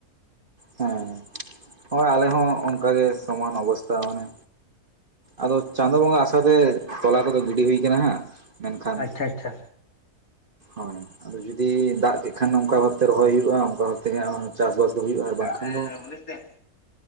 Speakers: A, on the right; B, on the left.
A: ᱦᱚᱸ, ᱦᱳᱭ ᱟᱞᱮ ᱦᱚᱸ ᱚᱱᱠᱟ ᱜᱮ ᱥᱚᱢᱟᱱ ᱚᱵᱚᱥᱛᱟ ᱢᱟᱱᱮ ᱟᱫᱚ ᱪᱟᱸᱫᱚ ᱵᱚᱸᱜᱟ ᱟᱥᱟᱛᱮ ᱛᱚᱞᱟ ᱠᱚᱫᱚ ᱜᱤᱰᱤ ᱦᱩᱭ ᱠᱟᱱᱟ ᱦᱟᱸᱜ, ᱢᱮᱱᱠᱷᱟᱱ
B: ᱟᱪᱪᱷᱟ ᱟᱪᱪᱷᱟ
A: ᱦᱳᱭ ᱟᱫᱚ ᱡᱩᱫᱤ ᱫᱟᱜ ᱠᱮᱜᱠᱷᱟᱱ ᱚᱝᱠᱟ ᱵᱷᱟᱵᱛᱮ ᱨᱚᱦᱚᱭ ᱦᱩᱭᱩᱜ-ᱟ, ᱚᱝᱠᱟ ᱵᱷᱟᱵ ᱛᱮᱜᱮ ᱦᱟᱸᱜ ᱪᱟᱥᱵᱟᱥ ᱫᱚ ᱦᱩᱭᱩᱜᱼᱟ ᱟᱨ ᱵᱟᱝᱠᱷᱟᱱ
B: ᱦᱮᱸ
A: ᱫᱚ
B: <unintelligible>